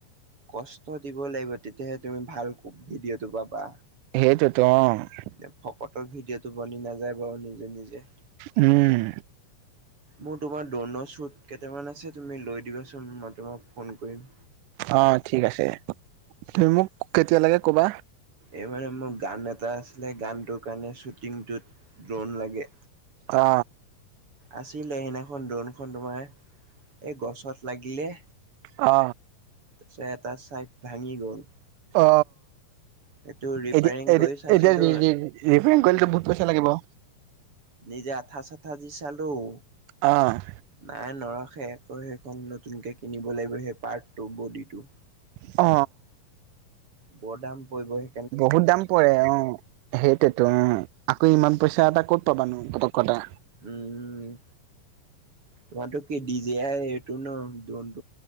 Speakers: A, on the right; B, on the right.
A: কষ্ট দিব লাগিব তেতিয়াহে তুমি ভাল ভিডিঅ'টো পাবা।
B: সেইটোৱেটো অ।
A: এ ফকতৰ ভিডিঅ'টো বনি নাযায় ব নিজে নিজে।
B: উম।
A: মোৰ তোমাৰ ড্ৰোণৰ চোত কেইটামান আছে তুমি লৈ দিবাচোন মই তোমাক ফোন কৰিম।
B: অ ঠিক আছে। তুমি মোক কেতিয়া লাগে ক'বা?
A: এইমানে মোক গান এটা আছিলে গানটোৰ কাৰণে শ্বুটিংটোত ড্ৰোণ লাগে।
B: অ
A: আছিলে, সেইদিনাখন ড্ৰনখন তোমাৰ এই গছত লাগিলে।
B: অ
A: তাৰ পিছত এটা চাইড ভাঙি গ'ল।
B: অ।
A: সেইটো ৰিপেয়াৰিং
B: এতিয়া, এতিয়া,
A: কৰি চাইছিলো
B: এতিয়া ৰিপেয়াৰ কৰিলেটো বহুত পইচা লাগিব।
A: নিজে আঠা-চাঠা দি চালোঁ।
B: অ'
A: নাই নৰখে, আকৌ সেইখন নতুনকে কিনিব লাগিব। সেই পাৰ্টটো, বডিটো।
B: অ
A: বৰ দাম পৰিব এই।
B: বহুত দাম পৰে অ। সেইটোৱেতো অ' আকৌ ইমান পইচা এটা ক'ত পাবানো পতককে।
A: উম' তোমাৰটো কি ডিজেয়াৰ এইটো ন ডন